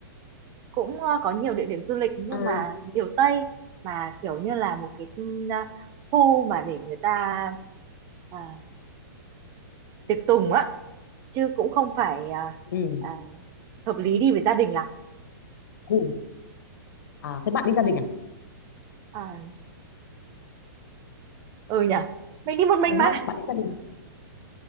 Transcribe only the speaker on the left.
à
ừ
ngủ à thế bạn đi gia đình à
đúng
không bạn đi gia đình